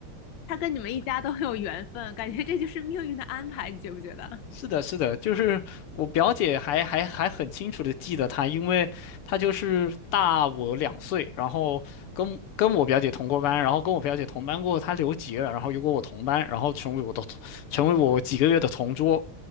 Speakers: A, on the left (about 65°); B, on the left (about 85°).
A: 他跟你们一家都很有缘分，感觉这就是命运的安排，你觉不觉得？
B: 是的，是的，就是我表姐还还还很清楚的记得她，因为她就是大我两岁，然后跟跟我表姐同过班，然后跟我表姐同班过后，她留级了，然后又跟我同班，然后成为我的同成为我几个月的同桌，